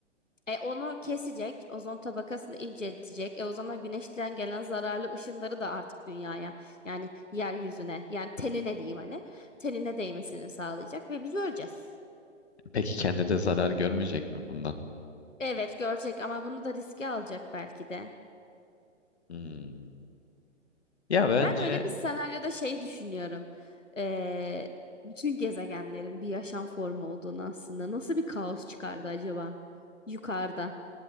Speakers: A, on the left; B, on the left.
A: E onu kesecek, ozon tabakasını inceltecek. E o zaman güneşten gelen zararlı ışınları da artık dünyaya yani yeryüzüne yani tenine diyeyim hani tenine değmesini sağlayacak ve biz öleceğiz.
B: Peki kendi de zarar görmeyecek mi bundan?
A: Evet görecek ama bunu da riske alacak belki de.
B: Hmm. Ya bence
A: Ben öyle bir senaryoda şey düşünüyorum. Ee, bütün gezegenlerin bir yaşam formu olduğunu aslında. Nasıl bir kaos çıkardı acaba? Yukarıda.